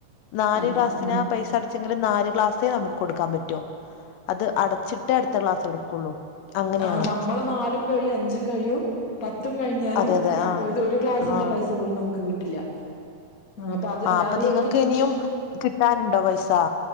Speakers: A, on the left (about 85°); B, on the left (about 35°).
A: നാല്
B: അതെ
A: ക്ലാസ്സിനാ
B: ഉം
A: പൈസ ആ അടച്ചെങ്കില് നാല് ക്ലാസ്സേ നമുക്ക് കൊടുക്കാൻ പറ്റു അത് അടച്ചിട്ടേ അടുത്ത ക്ലാസ് എടുക്കുള്ളൂ അങ്ങനെയാണ്
B: ആഹ് നമ്മള് നാലും കഴിയും അഞ്ചും കഴിയും പത്തും കഴിഞ്ഞാലും
A: അതെ അതെ ആ
B: ഒത് ഒരു ക്ലാസിന്റെ
A: ആ
B: പൈസ പോലും നമുക്ക് കിട്ടില്ല ആഹ് അപ്പൊ അത്
A: ആ
B: ഞാൻ വിചാരിക്ക
A: നിങ്ങൾക്ക്
B: ട്യൂഷന്
A: ഇനിയും കിട്ടാനുണ്ടോ പൈസ